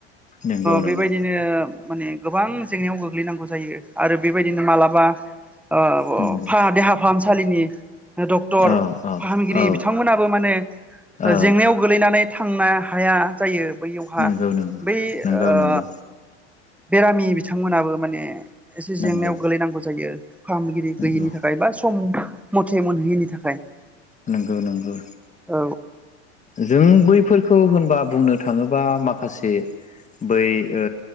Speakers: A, on the left (about 20°); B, in the centre.
A: नंगौ नंगौ
B: बेबायदिनो ओ माने गोबां जेंनायाव गोग्लैनांगौ जायो आरो बेबायदिनो मालाबा ओ
A: नंगौ
B: फा देहा फाहामसालिनि डक्टर
A: औ औ
B: फाहामगिरि
A: औ
B: बिथांमोनाबो माने
A: औ
B: जेंनायाव गोग्लैनानै थांनो हाया जायो बैयावहा
A: नंगौ नंगौ
B: बै
A: नंगौ
B: ओ
A: नंगौ
B: बेरामि बिथांमोनाबो माने एसे जेंनायाव
A: नंगौ
B: गोलैनांगौ जायो। फाहामगिरि गैयिनि
A: नंगौ
B: थाखाय बा सम मथे मोनहैयैनि थाखाय
A: नोंगौ-नोंगौ
B: औ
A: जों बैफोरखौ होनबा बुंनो थाङोबा माखासे बै ओ